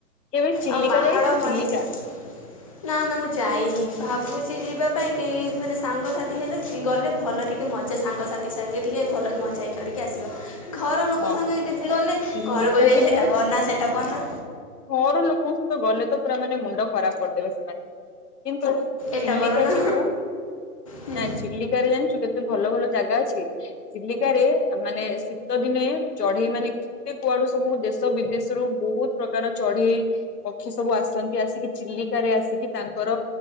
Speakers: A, on the left; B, on the left.
A: କେବେ ଚିଲିକା
B: ଆଉ ପାହାଡ଼
A: ଯାଇଚୁ
B: ମଝିରେ
A: ଚିଲିକା?
B: ନା ନା ମୁଁ ଯାଇନି ଭାବୁଚି ଯିବା ପାଇଁ କେହି ମାନେ ସାଙ୍ଗସାଥି ହେଲେ ଜି ଗଲେ ଭଲ ଟିକେ ମଜା ସାଙ୍ଗସାଥି ସାଙ୍ଗେ ଟିକେ ଭଲକି ମଜା ହେଇ କରିକି ଆସିବା। ଘର ଲୋକ
A: ହଁ
B: ସାଙ୍ଗେ କିଚି ଗଲେ
A: ଚିଲିକା
B: ଘରେ କହିବେ
A: ଯିବୁ
B: ହେଟା କରନା ସେଟା କରନା
A: ଘର ଲୋକଙ୍କ ସହିତ ଗଲେତ ପୁରା ମାନେ ମୁଣ୍ଡ ଖରାପ୍ କରିଦେବେ ସେମାନେ କିନ୍ତୁ
B: ଏଟା
A: ଚିଲିକା
B: କରନା
A: ଯିବୁ
B: ହୁଁ
A: ନାଁ ଚିଲିକାରେ ଜାଣିଚୁ କେତେ ଭଲ ଭଲ ଜାଗା ଅଛି। ଚିଲିକାରେ ମାନେ ଶୀତ ଦିନେ ଚଢେଇ ମାନେ କେତେ କୁଆଡ଼ୁ ସବୁ ଦେଶ ବିଦେଶରୁୁ ବହୁତ୍ ପ୍ରକାର ଚଢେଇ ପକ୍ଷୀ ସବୁ ଆସନ୍ତି ଆସିକି ଚିଲିକାରେ ଆସିକି ତାଙ୍କର